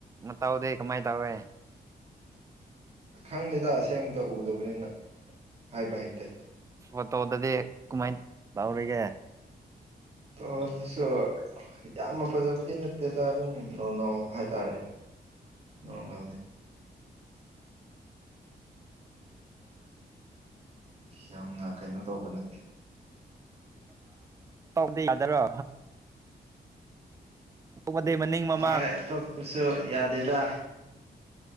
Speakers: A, on the right; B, on the right.
A: ꯃꯇꯥꯎꯗꯤ ꯀꯃꯥꯏ ꯇꯧꯋꯦ
B: ꯑ ꯈꯪꯗꯦꯗ ꯑꯁꯦꯡꯕꯗ ꯎꯗꯕꯅꯤꯅ ꯍꯥꯏꯕ ꯍꯩꯇꯦ
A: ꯣ ꯇꯧꯗꯗꯤ ꯀꯃꯥꯏꯅ ꯇꯧꯔꯤꯒꯦ
B: ꯇꯧ ꯑꯗꯨꯁꯨ ꯌꯥꯝꯅ ꯐꯖꯕꯗꯤ ꯅꯠꯇꯦꯗ ꯑꯗꯨꯝ ꯅꯣꯔꯃꯦꯜ ꯍꯥꯏꯇꯥꯔꯦ ꯅꯣꯔꯃꯦꯜꯅꯤ ꯌꯥꯝꯅ ꯀꯩꯅꯣ ꯇꯧꯕ ꯅꯠꯇꯦ
A: ꯗꯤ ꯌꯥꯔꯣ ꯑꯗꯩ ꯃꯅꯤꯡ ꯃꯃꯥꯡ
B: ꯍꯣꯏ ꯑꯇꯣꯞꯄꯁꯨ ꯌꯥꯗꯦꯗ